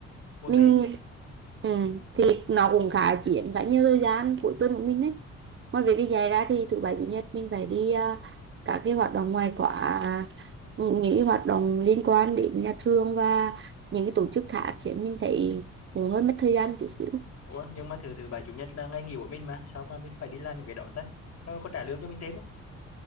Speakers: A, on the left; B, on the right.
A: ủa
B: mình
A: về.
B: ừ, thì nó cũng khá chiếm khá nhiều thời gian cuối tuần của mình đấy ngoài việc đi dạy ra thì thứ bảy chủ nhật mình phải đi à, các cái hoạt động ngoài khóa à, những cái hoạt động liên quan đến nhà trường và những cái tổ chức khác khiến mình thấy cũng hơi mất thời gian một chút xíu
A: Ủa, nhưng mà thứ thứ bảy chủ nhật là ngày nghỉ của mình mà, sao mà mình phải đi làm những cái đó ta? Nó có trả lương cho mình thêm không?